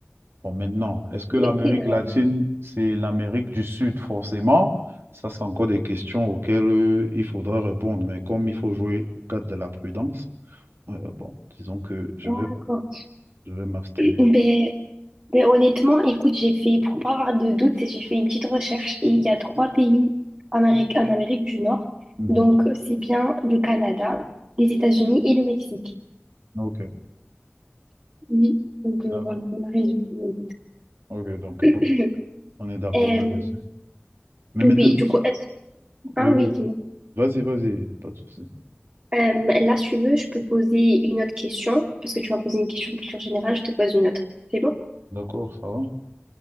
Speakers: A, on the right; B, on the right.
A: Bon, maintenant, est-ce que
B: Oui,
A: l'Amérique
B: C'est vrai.
A: latine, c'est l'Amérique du Sud forcément? Ça, c'est encore des questions auxquelles euh, il faudra répondre. Mais comme il faut jouer au cadre de la prudence, euh, bon, disons que je
B: D'accord.
A: vais, je vais m'abstenir.
B: Ben, Mais honnêtement, écoute, j'ai fait, pour pas avoir de doute, j'ai fait une petite recherche et il y a trois pays en Amérique, en Amérique du Nord.
A: Mhm.
B: Donc, c'est bien le Canada, les États-Unis et le Mexique.
A: Ok,
B: Oui. Donc, euh,
A: d'accord.
B: voilà, on a résolu le
A: Ok, donc,
B: doute.
A: donc,
B: <clears throat>
A: on est d'accord
B: Euh,
A: là-dessus. Mais
B: oui,
A: maintenant,
B: du coup, est-ce- ah
A: oui, oui,
B: oui,
A: oui.
B: dis-moi.
A: vas-y, vas-y, pas de souci.
B: Euh, là, si tu veux, je peux poser une autre question, parce que tu m'as posé une question de culture générale, je te pose une autre. C'est bon?
A: D'accord, ça va?